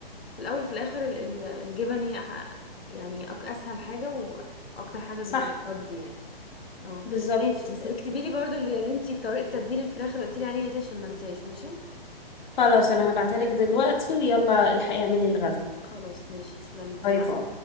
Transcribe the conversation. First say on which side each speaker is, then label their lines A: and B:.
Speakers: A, on the left (about 80°); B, on the left (about 50°).
A: في الاول في الاخر ال- ال- الجبن هي أح- يعني أك- اسهل حاجه واكتر حاجه بتقضي
B: صح
A: يعني اه
B: بالظبط
A: ماشي بس اكتبي لي برضو اللي, اللي انتي طريقه تتبيل الفراخ اللي قلتي لي عليها دي عشان ما انساش ماشي
B: خلاص انا هبعتلك دلوقتي ويلا الحقي اعملي الغدا
A: خلاص ماشي تسلمي اتفقنا
B: باي باي